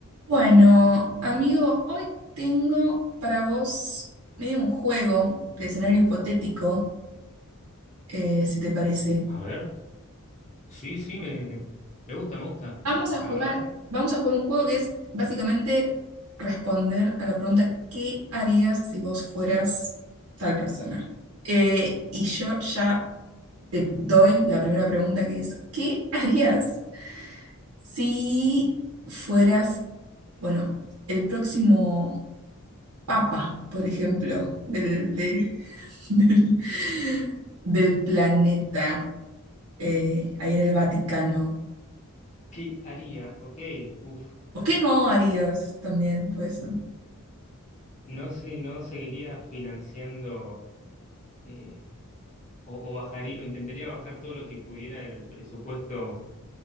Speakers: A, on the right; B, on the left.
A: Bueno, amigo, hoy tengo para vos medio un juego de escenario hipotético, eh, si te parece.
B: A ver, sí, sí, me, me gusta, me gusta.
A: Vamos a
B: A,
A: jugar,
B: a ver,
A: vamos a jugar un juego que es básicamente responder a la pregunta ¿qué harías si vos fueras tal persona? Eh, y yo ya te doy la primera pregunta que es ¿qué harías si fueras, bueno, el próximo papa, por ejemplo, del, de, <laughs> del, del planeta eh, ahí en el Vaticano.
B: ¿qué haría? Ok, uf,
A: ¿O qué no harías también? Pues,
B: no sé, no seguiría financiando eh, o, o bajaría, o intentaría bajar todo lo que pudiera del presupuesto